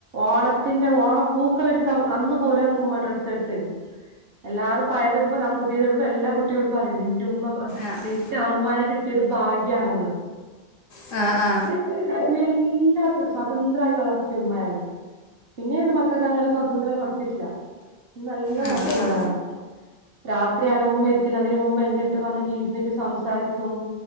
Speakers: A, on the right; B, on the left.
A: ഓണത്തിന്റെ ഓണപ്പൂക്കൾ ഇരുന്ന അന്ന പോലും എനക്ക് ഉമ്മ ഡ്രസ്സ് എടുത്ത തരും എല്ലാരും പയത്തിടുമ്പോ പുതിയതി ഇടുമ്പോ എല്ലാ കുട്ടികളും പറയുന്നു
B: ആ
A: നിങ്ങക്ക് അവ്മാന കിട്ട ഇരു ഭാഗ ണന്ന്
B: ആ ആ
A: <unintelligible> എല്ലാും സ്വതന്ത്രമായി വളർത്തിയ ഉമ്മയാണ് പിന്നെ ഇത് മക്കൾക്ക് അങ്ങനെ സ്വതന്ത്രം കൊടുത്തിട്ടില്ല നല്ല
B: ആ
A: നോക്കിയ ഉമ്മയാണ്
B: ആ
A: രാത്രിയാണെങ്കും മരിക്കുന്നതിന് മുമ്പ് എൻന്റെ അടുത്ത് വന്നിട്ട് ഇരുന്നിട്ട് സംസാരിക്കും